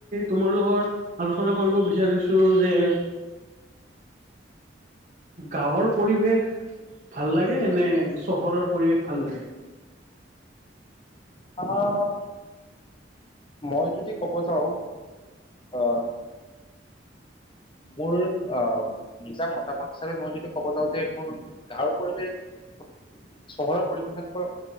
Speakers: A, on the right; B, on the left.
A: তোমাৰ লগত আলোচনা কৰিব বিচাৰিছো যে গাঁৱৰ পৰিৱেশ ভাল লাগে নে, চহৰৰ পৰিৱেশ ভাল লাগে?
B: <unintelligible> মই যদি ক'ব যাওঁ, মোৰ আ, মোৰ অ, নিজা মতামত হিচাপে মই যদি ক'ব যাওঁ যে মোৰ গাঁৱৰ পৰিৱেশ চহৰৰ পৰিৱেশতকৈ